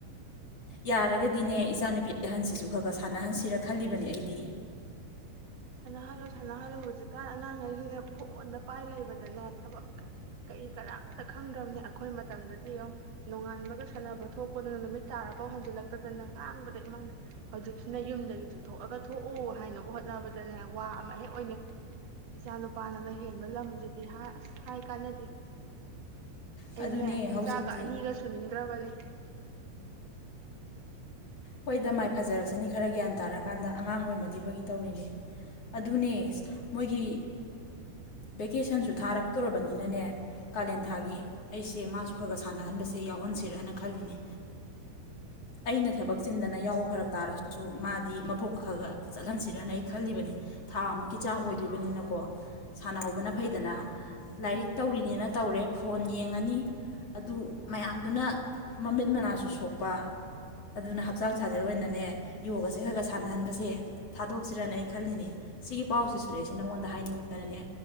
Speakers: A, on the left; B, on the right.
A: ꯌꯥꯔꯒꯗꯤꯅꯦ ꯏꯆꯥꯅꯨꯄꯤ ꯑꯍꯟꯁꯤꯁꯨ ꯈꯔ ꯈꯔ ꯁꯥꯟꯅꯍꯟꯁꯤꯔ ꯈꯜꯂꯤꯕꯅꯦ ꯑꯩꯗꯤ
B: ꯁꯥꯟꯅꯍꯜꯂꯨ ꯁꯥꯟꯅꯍꯜꯂꯨ ꯍꯧꯖꯤꯛꯀꯥꯟ ꯑꯉꯥꯡꯈꯩꯁꯤꯡꯅ ꯐꯣꯟꯗ ꯄꯥꯏ ꯂꯩꯕꯗꯅꯦ ꯊꯕꯛ ꯀꯔꯤ ꯀꯔꯝꯇ ꯈꯪꯗ꯭ꯔꯕꯅꯦ ꯑꯩꯈꯣꯏ ꯃꯇꯝꯗꯗꯤ ꯑꯃ ꯅꯣꯡꯉꯥꯟꯕꯒ ꯁꯥꯟꯅꯕ ꯊꯣꯛꯄꯗꯨꯅ ꯅꯨꯃꯤꯠ ꯇꯥꯔꯕꯥꯎ ꯍꯟꯖꯤꯜꯂꯛꯇꯗꯅ ꯉꯥꯡꯕꯗ ꯏꯃꯥꯅ ꯍꯧꯖꯤꯛꯁꯤꯅ ꯌꯨꯝꯗꯒꯤ ꯆꯤꯡꯊꯣꯛꯑꯒ ꯊꯣꯛꯎ ꯍꯥꯏꯅꯕ ꯍꯣꯠꯅꯕꯗ ꯑꯗꯨꯅꯦ ꯋꯥ ꯑꯃ ꯍꯦꯛ ꯑꯣꯏꯅꯩ ꯏꯆꯥ ꯅꯨꯄꯥꯅꯒ ꯍꯦꯟꯕ ꯂꯝꯁꯤꯗꯤ ꯑ ꯑꯁ ꯍꯥꯏ ꯀꯥꯟꯅꯗꯦ ꯑꯩꯅꯦ
A: ꯑꯗꯨꯅꯦ ꯍꯧꯖꯤꯛꯇꯤ
B: ꯏꯆꯥꯒ ꯑꯅꯤꯒ ꯁꯨꯅꯤꯡꯗ꯭ꯔꯕꯅꯦ
A: ꯍꯣꯏꯗ ꯃꯥꯏ ꯐꯖꯔꯛꯁꯅꯤ ꯈꯔ ꯒ꯭ꯌꯥꯟ ꯇꯥꯔꯀꯥꯟꯗ ꯑꯉꯥꯡ ꯑꯣꯏꯃꯗꯤꯕꯒꯤ ꯇꯧꯔꯤꯅꯦ ꯑꯗꯨꯅꯦ ꯃꯣꯏꯒꯤ ꯚꯦꯀꯦꯁꯟꯁꯨ ꯊꯥꯔꯛꯇꯣꯔꯕꯅꯤꯅꯅꯦ ꯀꯥꯂꯦꯟ ꯊꯥꯒꯤ ꯑꯩꯁꯦ ꯃꯥꯁꯨ ꯈꯔ ꯈꯔ ꯁꯥꯟꯅꯍꯟꯕꯁꯦ ꯌꯥꯎꯍꯟꯁꯤꯔꯅ ꯈꯜꯂꯤꯅꯦ ꯑꯩꯅ ꯊꯕꯛ ꯆꯤꯟꯗꯅ ꯌꯥꯎꯕ ꯐꯔꯛ ꯇꯥꯔꯁꯨ ꯃꯥꯗꯤ ꯃꯕꯣꯛ ꯈꯔ ꯈ ꯆꯠꯍꯟꯁꯤꯔꯅ ꯑꯩ ꯈꯜꯂꯤꯕꯅꯤ ꯊꯥ ꯑꯃꯨꯛꯀꯤ ꯆꯥꯡ ꯑꯣꯏꯗ꯭ꯔꯤꯕꯅꯤꯅꯀꯣ ꯁꯥꯟꯅꯍꯧꯕꯅ ꯐꯩꯗꯅ ꯂꯥꯏꯔꯤꯛ
B: ꯃꯥꯅꯤ
A: ꯇꯧꯔꯤꯅꯦꯅ ꯇꯧꯔꯦ ꯐꯣꯟ ꯌꯦꯡ ꯐꯪꯉꯅꯤ ꯑꯗꯨ ꯃꯌꯥꯝꯗꯨꯅ ꯃꯃꯤꯠ ꯃꯅꯥꯁꯨ ꯁꯣꯛꯄ ꯑꯗꯨꯅ ꯍꯛꯆꯥꯡ ꯁꯥꯖꯕ ꯑꯣꯏꯅꯅꯦ ꯌꯣꯒꯁꯦ ꯈꯔ ꯈꯔ ꯁꯥꯟꯅꯍꯟꯕꯁꯦ ꯊꯥꯗꯣꯛꯁꯤꯔꯅ ꯑꯩ ꯈꯜꯂꯤꯅꯦ ꯁꯤꯒꯤ ꯄꯥꯎꯁꯤꯁꯨꯅꯦ ꯑꯩꯁꯦ ꯅꯉꯣꯟꯗ ꯍꯥꯏꯅꯤꯡꯗꯅꯅꯦ